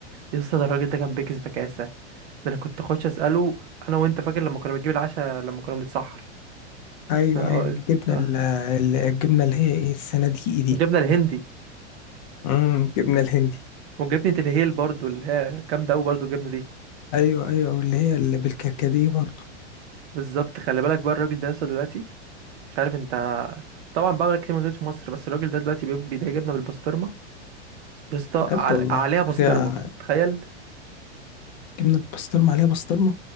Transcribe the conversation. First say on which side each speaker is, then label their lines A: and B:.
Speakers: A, on the right; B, on the left.
A: يا اسطى ده الراجل ده كان بيكس بكاسه ده انا كنت اخش اساله انا وانت فاكر لما كنا بنجيب العشاء لما كنا بنتسحر
B: ايوه
A: أقول-
B: ايوه الجبنه
A: آه.
B: ال- ال- الجبنه اللي هي ايه الصناديقي دي
A: جبنا الهندي
B: امم الجبنه الهندي
A: وجبنة الهيل برضو اللي هي جامدة أوي برضو الجبنة دي
B: ايوه ايوه واللي هي اللي بالكركديه برضه
A: بالظبط خلي بالك بقى الراجل ده لسه دلوقتي مش عارف انت طبعا بقى بقالك كتير ما نزلتش مصر بس الراجل ده دلوقتي بيب- بيبيع جبنة بالبسطرمة يا اسطى
B: بجد
A: عل...
B: والله
A: عليها بسطرمة
B: هي
A: تخيل
B: جبنه بسطرمه عليها بسطرمه